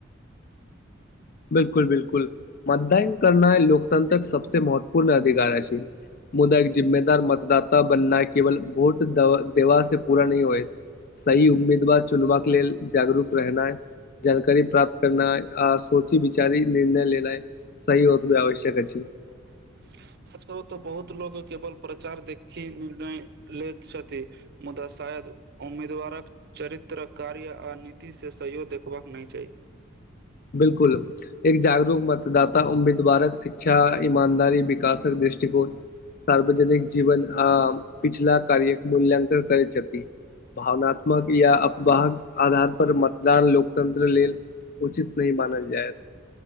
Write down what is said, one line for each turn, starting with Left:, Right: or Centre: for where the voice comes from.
Left: बिलकुल बिलकुल मतदन करना लोकतंत्रक सबस महत्वपूर्ण अधिकार अछि छै मुदा एक जिम्मेदार मतदात बनना केवल भोट द देवा से पूरा नहि होए सही उम्मीदवार चुनबाक लेल जागरूक रहना जानकारी प्राप्त करनाइ आ सोची विचारी निर्णय लेनाय सही होत भी आवश्यक अछि
Right: <unintelligible> सच करू तऽ बहुत लोको केवल प्रचार देखी निर्णय ले छथि मुदा शायद उम्मीदवारक चरित्र कार्य आ नीतिसँ सहयोग देखबाक नहि छै ह
Left: बिल्कुल एक जागरूक मतदाता उम्मीदवारक शिक्षा ईमानदारी विकासक दिश दृष्टिकोण सार्वजनिक जीवन आ पिछला कार्य मूल्यंकन करैत छथिक भावनात्मक या अफवाहक आधार पर मतदान लोकतंत्र लेल उचित नहि मानल जाय